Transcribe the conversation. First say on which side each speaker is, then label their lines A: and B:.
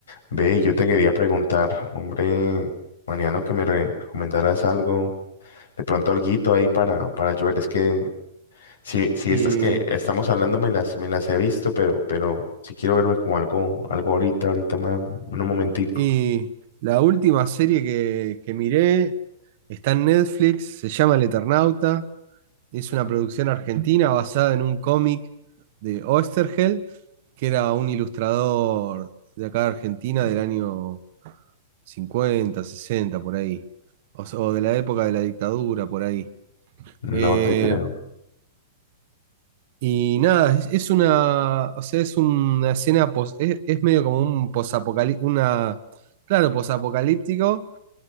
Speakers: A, on the left; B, on the right.
A: Ve, yo te quería preguntar, hombre, Mariano, que me recomendaras algo. De pronto alguito ahí para, para yo ver. Es que si, si
B: Y
A: estas que estamos hablando me las, me las he visto, pero, pero si quiero verme como algo, algo ahorita, ahorita más, un momentico.
B: Y la última serie que, que miré está en Netflix, se llama El Eternauta, es una producción argentina basada en un cómic de Oesterheld, que era un ilustrador de acá de Argentina del año 50 60 por ahí, o, s- o de la época de la dictadura, por ahí. Eh,
A: No te creo.
B: y nada, es, es una, o sea, es una escena, pos- es, es medio como un posapocalí- una, claro, posapocalíptico